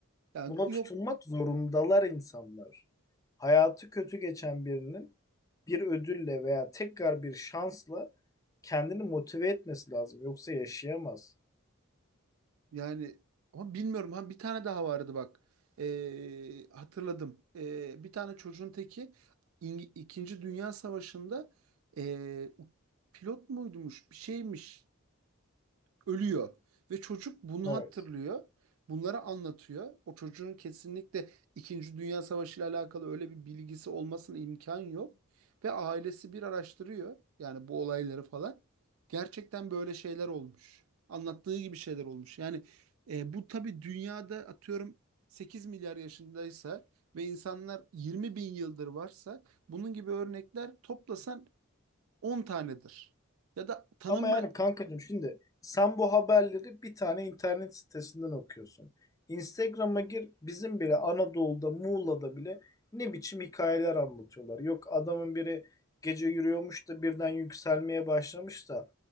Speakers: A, on the right; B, on the left.
A: Yani
B: Buna
A: o
B: tutunmak
A: yok
B: zorundalar insanlar. Hayatı kötü geçen birinin bir ödülle veya tekrar bir şansla kendini motive etmesi lazım. Yoksa yaşayamaz.
A: Yani ama bilmiyorum. Ha bir tane daha vardı bak. Ee, hatırladım. Ee, bir tane çocuğun teki İng- İkinci Dünya Savaşı'nda ee, pilot muydumuş? Bir şeymiş ölüyor. Ve çocuk bunu
B: Evet.
A: hatırlıyor. Bunları anlatıyor. O çocuğun kesinlikle İkinci Dünya Savaşı ile alakalı öyle bir bilgisi olmasına imkan yok. Ve ailesi bir araştırıyor. Yani bu olayları falan. Gerçekten böyle şeyler olmuş. Anlattığı gibi şeyler olmuş. Yani e, bu tabii dünyada atıyorum 8 milyar yaşındaysa ve insanlar 20 bin yıldır varsa bunun gibi örnekler toplasan 10 tanedir. Ya da tanınma
B: Ama yani kankacığım şimdi sen bu haberleri bir tane internet sitesinden okuyorsun. Instagram'a gir bizim bile Anadolu'da Muğla'da bile ne biçim hikayeler anlatıyorlar. Yok adamın biri gece yürüyormuş da birden yükselmeye başlamış da